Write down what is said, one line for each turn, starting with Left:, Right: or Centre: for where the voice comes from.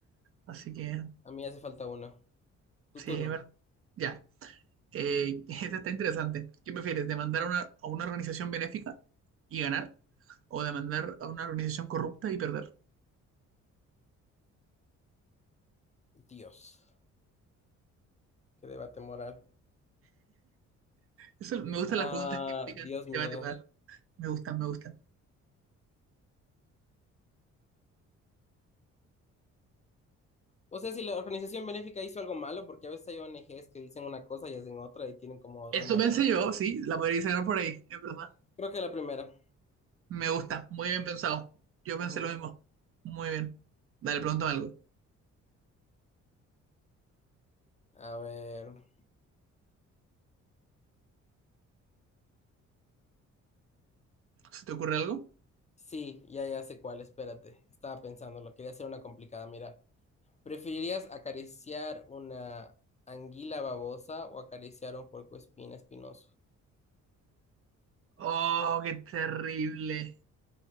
Right: así que
Left: A mí hace falta uno. Tu
Right: sí,
Left: turno.
Right: es verdad. Ya, eh, <laughs> esta está interesante. ¿Qué prefieres, demandar a una, a una organización benéfica y ganar o demandar a una organización corrupta y perder?
Left: Dios. Qué debate moral.
Right: Eso, me gustan
Left: Ah,
Right: las preguntas que implican
Left: Dios mío.
Right: debate, poder. Me gustan, me gustan.
Left: O sea, si la organización benéfica hizo algo malo, porque a veces hay ONGs que dicen una cosa y hacen otra y tienen como
Right: Eso
Left: realmente...
Right: pensé yo, sí, la podría sacar por ahí, es verdad.
Left: Creo que la primera.
Right: Me gusta, muy bien pensado. Yo pensé
Left: Ujú.
Right: lo mismo. Muy bien. Dale, pregúntame algo.
Left: A ver.
Right: ¿Se te ocurre algo?
Left: Sí, ya, ya sé cuál, espérate. Estaba pensando, lo quería hacer una complicada. Mira, ¿preferirías acariciar una anguila babosa o acariciar un puercoespín espinoso?
Right: Oh, qué terrible.